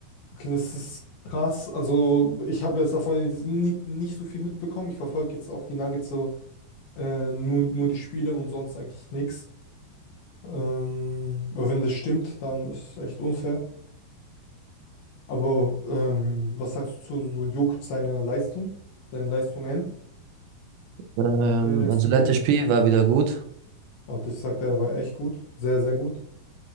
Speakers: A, on the left (about 65°); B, on the right (about 90°).
A: Okay, das ist krass. Also, ich habe jetzt davon nicht, nicht so viel mitbekommen. Ich verfolge jetzt auch die Nuggets so äh, nur, nur die Spiele und sonst eigentlich nichts. Ähm, aber wenn das stimmt, dann ist es echt unfair. Aber ähm, was sagst du zu so Jokic seiner Leistung, seinen Leistungen
B: Ähm,
A: in den letzten
B: also letztes
A: Games?
B: Spiel war wieder gut.
A: Also ich sag, der war echt gut. Sehr, sehr gut.